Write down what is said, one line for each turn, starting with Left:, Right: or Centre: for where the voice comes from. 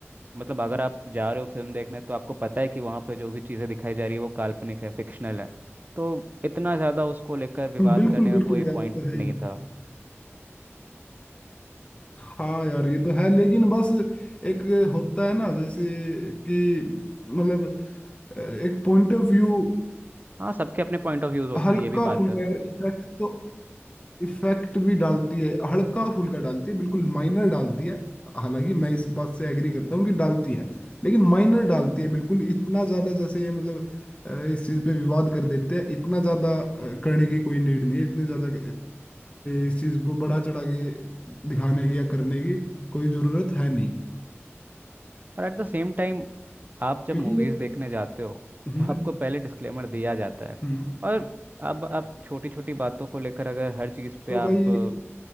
Right: मतलब अगर आप जा रहे हो फिल्म देखने तो आपको पता है कि वहाँ पे जो भी चीजें दिखाई जा रही है वो काल्पनिक है फिक्शनल है तो इतना ज्यादा उसको लेकर विवाद
Left: बिल्कुल
Right: करने का
Left: बिल्कुल
Right: कोई
Left: यार
Right: पॉइंट
Left: ये तो है
Right: नहीं
Left: ही
Right: था
Left: हाँ यार ये तो है लेकिन बस एक होता है ना जैसे कि मतलब एक पॉइंट ऑफ व्यू
Right: हाँ सबके अपने पॉइंट ऑफ व्यूज होते
Left: हल्का
Right: हैं ये भी बात
Left: फुल्का
Right: है
Left: यार इफेक्ट तो इफेक्ट भी डालती है हल्का फुल्का डालती है बिल्कुल माइनर डालती है हालांकि मैं इस बात से एग्री करता हूँ कि डालती है लेकिन माइनर डालती है बिल्कुल इतना ज्यादा जैसे ये मतलब अ, इस चीज पे विवाद कर देते हैं इतना ज्यादा अ, करने की कोई नीड नहीं है इतनी ज्यादा अ, इस चीज को बढ़ा चढ़ा के दिखाने की या करने की कोई जरूरत है नहीं
Right: और एट द सेम टाइम आप जब
Left: क्योंकि
Right: मूवीज
Left: ये
Right: देखने जाते हो
Left: हम्म
Right: तो आपको पहले डिस्क्लेमर दिया जाता है
Left: हम्म
Right: और अब आप छोटी छोटी बातों को लेकर अगर हर चीज़ पे
Left: तो
Right: आप
Left: भाई
Right: अ,